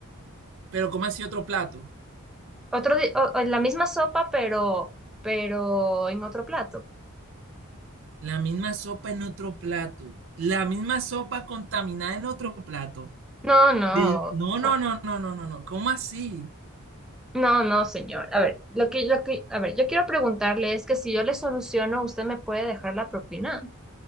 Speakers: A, on the right; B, in the centre.
A: Pero, ¿cómo así otro plato?
B: otro di- o- o la misma sopa, pero, pero en otro plato.
A: La misma sopa en otro plato. La misma sopa contaminada en otro plato.
B: No, no,
A: De- No, no,
B: o-
A: no, no, no, no, no. ¿Cómo así?
B: no, no, señor. A ver, lo que, lo que, a ver, yo quiero preguntarle es que si yo le soluciono, ¿usted me puede dejar la propina?